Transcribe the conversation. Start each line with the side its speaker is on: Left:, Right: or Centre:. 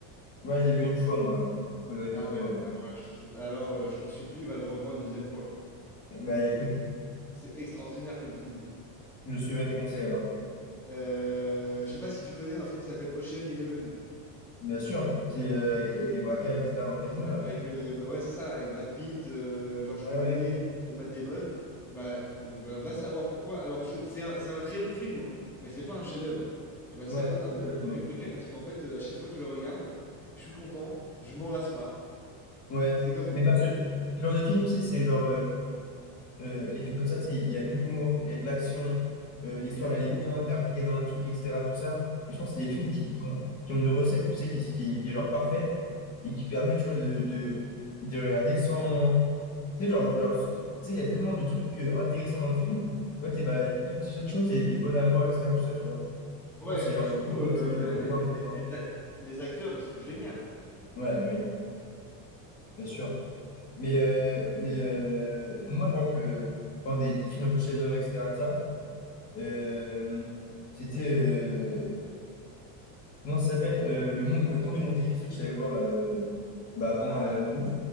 Left: Moi, je l'ai vu une fois, moi, ouais. Faudrait que
Centre: Ah
Left: je le revoie.
Centre: ben, alors, euh, je, alors, euh, je t'en supplie, va le revoir une deuxième fois.
Left: Bah,
Centre: C'est,
Left: écoute.
Centre: c'est extraordinaire comme film.
Left: Je suivrai tes conseils alors.
Centre: Euh, je sais pas si tu connais un film qui s'appelle Ocean Eleven.
Left: Bien sûr, c'est euh, avec, avec les braquages, etc. dans le casino là.
Centre: Avec, euh, bah ouais, c'est ça, avec Brad Pitt, euh, George
Left: Ouais,
Centre: Clooney,
Left: ouais,
Centre: euh, Matt Damon. Bah, euh, bah, va savoir pourquoi. Alors que je- c'est un, c'est un très bon film, hein, mais c'est pas un chef-d'œuvre. Et bah,
Left: ouais,
Centre: c'est un, un
Left: je suis
Centre: de
Left: d'accord
Centre: mes
Left: avec
Centre: films
Left: toi.
Centre: préférés parce qu'en fait, euh, à chaque fois que je le regarde, je suis content, je m'en lasse pas.
Left: Ouais,
Centre: C'est comme
Left: mais parce que ce genre de film, tu sais, c'est genre euh, euh, les films comme ça, tu sais, il y a de l'humour, il y a de l'action, euh, l'histoire
Centre: il y a tout.
Left: elle est bien, t'es impliqué dans le truc, etc. Tout ça. Et je pense que c'est
Centre: Et, les-
Left: des films
Centre: les-
Left: qui, qui ont, qui ont une recette, tu sais, qui, est- qui, est qui est genre parfaite et qui permet, tu vois, de, de, de regarder sans. Tu sais, genre, genre, tu sais, il y a tellement de trucs euh, intéressants dans le film. Ouais, et bah, chaque, chaque chose est, est bonne à voir, etc. Tout ça, tu vois.
Centre: ouais,
Left: Non, c'est le
Centre: et
Left: genre
Centre: surtout,
Left: de film comme ça,
Centre: euh,
Left: tu peux revoir
Centre: les, les-
Left: et revoir.
Centre: les a- les acteurs, ils sont géniaux.
Left: Ouais, bah oui, bien sûr. Mais, euh, mais euh, moi, par exemple, euh, pendant des, des films un peu chef-d'œuvre, etc., de ça, euh, c'était. euh, comment ça s'appelle? Euh, le, Mon- le Comte de Monte-Cristo que je savais voir là, euh, bah, avant
Centre: Ah,
Left: euh, Amour ouf